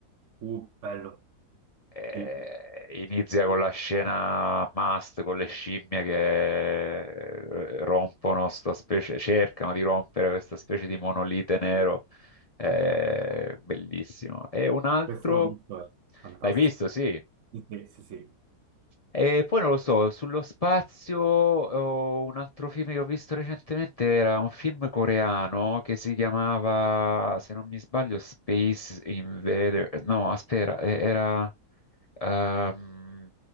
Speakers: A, on the right; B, on the left.
A: Uh, bello.
B: Eh,
A: Sì.
B: inizia con la scena must con le scimmie che eh, rompono sta specie, cercano di rompere questa specie di monolite nero. Eh, bellissimo. E un altro,
A: Questo l'ho visto, è fantastico.
B: l'hai visto, sì.
A: Sì, sì, sì.
B: E poi non lo so, sullo spazio, oh, un altro film che ho visto recentemente era un film coreano che si chiamava, se non mi sbaglio, Space Invader. No, aspetta, eh, era ehm,